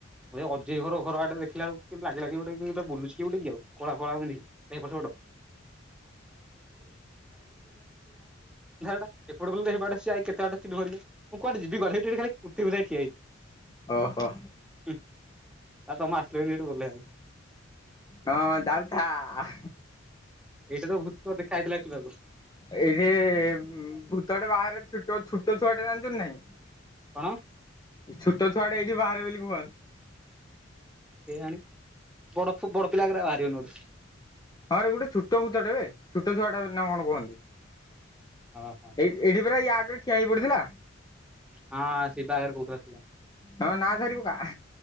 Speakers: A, in the centre; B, on the left (about 20°).
A: ଏ ଅଜେଇ ଘର ଘରଆଡେ ଦେଖିଲା ବେଳକୁ କି ଲାଗିଲାକି କିଏ ଗୋଟେ ବୁଲୁଛି କିଏ ଗୋଟେ କି ଆଉ କଳା-କଳା ପିନ୍ଧିକି। <unintelligible> ଅନ୍ଧାର ଟା ଏପଟେ ଗଲେ ତ ସିଏ କେତେ ବାଟ <unintelligible> ମୁଁ କୁଆଡେ ଯିବି। <unintelligible>
B: ଓହୋ।
A: ହୁଁ ଆ ତମେ ଆସିଲ ବୋଲି ସେଠୁ ଗଲେହାରି।
B: ହଁ ଯାଉଥା ଆ।
A: ଏଇଟା ତ ଭୂତ ଦେଖା ହେଇଥିଲା ଶିବାକୁ।
B: ଏଇ ଯେ ଭୂତଟେ ବାହାରେ ଛୁଟ-ଛୁଟ ଛୁଆଟେ ଜାଣିଚ ନା ନାହିଁ।
A: କଣ?
B: ଛୁଟ ଛୁଆଟା ଏଇଠି ବାହାରେ ବୋଲି କହନ୍ତି।
A: କେଜାଣି ବଡ-ବଡ ପିଲାଗୁରା ବାହାରିବେନି ବୋଧେ।
B: ହଁରେ ଗୋଟେ ଛୁଟ ଭୂତଟେ ବେ, ଛୁଟ ଛୁଆଟା ବୋଲି ନା କଣ କୁହନ୍ତି।
A: ହଁ-ହଁ।
B: ଏଇ ଏଇଠି ପୁରା ୟା ଆଗେରେ ଠିଆ ହେଇ ପଡିଥିଲା।
A: ହଁ ଶିବା ଆଗରେ କହୁଥିଲା ଶିବା,
B: ହଁ ନା ଧରି ପକା